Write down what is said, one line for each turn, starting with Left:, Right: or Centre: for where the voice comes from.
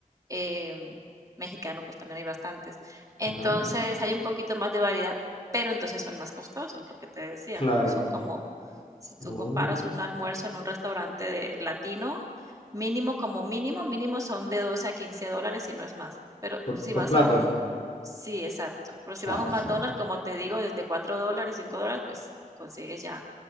Right: eh, mexicano pues también hay bastantes. Entonces
Left: Ah,
Right: hay un poquito más de variedad, pero entonces son más costosos, lo que te decía,
Left: claro.
Right: no son como si tú
Left: Bu.
Right: comparas un almuerzo en un restaurante de latino, mínimo como mínimo, mínimo son de 12 a 15 dólares y no es más. Pero
Left: Por,
Right: si
Left: por
Right: vas
Left: plato.
Right: a un, sí, exacto, pero si
Left: Ah,
Right: vas a un
Left: sí.
Right: McDonald's, como te digo, desde 4 dólares, 5 dólares, pues consigues ya